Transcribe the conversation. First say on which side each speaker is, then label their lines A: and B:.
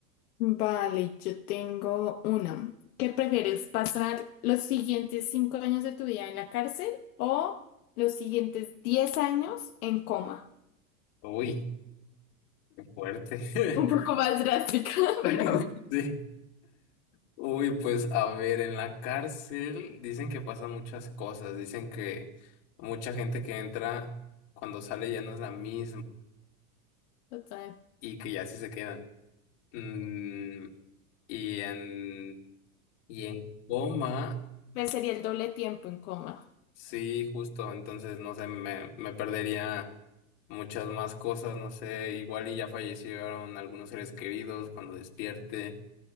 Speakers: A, on the left; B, on the left.
A: Vale, yo tengo una. ¿Qué prefieres, pasar los siguientes cinco años de tu vida en la cárcel o los siguientes diez años en coma?
B: Uy, qué fuerte. <laughs>
A: Un poco más drástica, <laughs>
B: <laughs>
A: pero bueno,
B: Sí. Uy, pues a ver, en la cárcel dicen que pasan muchas cosas, dicen que mucha gente que entra cuando sale ya no es la misma
A: total.
B: y que ya sí se quedan. Mm, y en, y en coma,
A: Pues sería el doble tiempo en coma.
B: sí, justo, entonces no sé, me, me perdería muchas más cosas, no sé, igual y ya fallecieron algunos seres queridos cuando despierte.